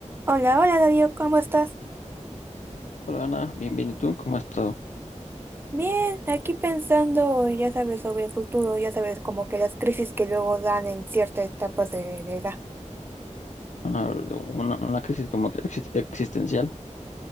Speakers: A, on the right (about 15°); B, on the left (about 75°).
A: Hola, hola Darío, ¿cómo estás?
B: Hola Ana, bien, bien. ¿Y tú? ¿Cómo has estado?
A: Bien, aquí pensando, ya sabes, sobre el futuro, ya sabes, como que las crisis que luego dan en ciertas etapas de la edad.
B: Ah, una, una crisis como que exis- existencial.